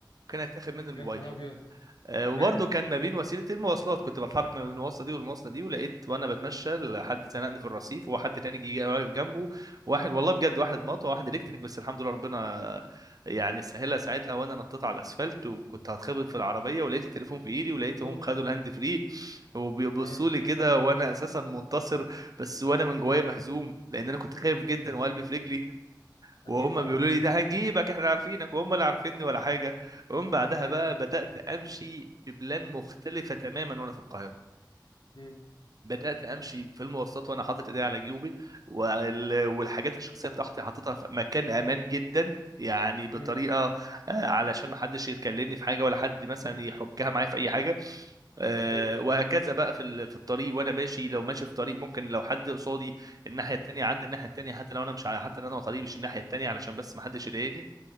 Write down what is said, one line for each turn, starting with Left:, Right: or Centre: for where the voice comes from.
Right: كان هيتاخد مني الموبايل
Left: يا نهار ابيض
Right: آه،
Left: كمان
Right: وبرضه كان ما بين وسيله المواصلات كنت بتحرك ما بين المواصله دي والمواصله دي ولقيت وانا بتمشى حد زنقني في الرصيف وحد تاني جه واقف جنبه واحد والله بجد واحد مطوه واحد الكتريك بس الحمد لله ربنا يعني سهلها ساعتها وانا نطيت على الاسفلت وكنت هتخبط في العربيه ولقيت التليفون في ايدي ولقيتهم
Left: اوه
Right: خدوا الهاند فري وبيبصوا
Left: اه
Right: لي كده وانا اساسا منتصر بس وانا من جوايا مهزوم لان انا كنت خايف جدا
Left: اكيد
Right: وقلبي في رجلي
Left: اكيد
Right: وهم
Left: طبعا
Right: بيقولوا لي ده
Left: اكيد
Right: هنجيبك احنا عارفينك وهم اللي عارفيني ولا حاجه ومن بعدها
Left: تعال
Right: بقى بدات امشي ببلان مختلفه تماما وانا في القاهره
Left: مم.
Right: بدأت أمشي في المواصلات وأنا حاطط إيدي على جيوبي وال- والحاجات الشخصية بتاعتي حاططها في مكان أمان جدا يعني بطريقة
Left: مم.
Right: آه، علشان ما حدش يكلمني في حاجة ولا حد مثلا يحكها معايا في أي حاجة آه،
Left: ايوه ايوه
Right: وهكذا بقى في ال- في الطريق وأنا ماشي لو ماشي في طريق ممكن لو حد قصادي الناحية التانية عند الناحية التانية حتى لو أنا مش ع- حتى لو أنا على طريق مش الناحية التانية علشان بس ما حدش يضايقني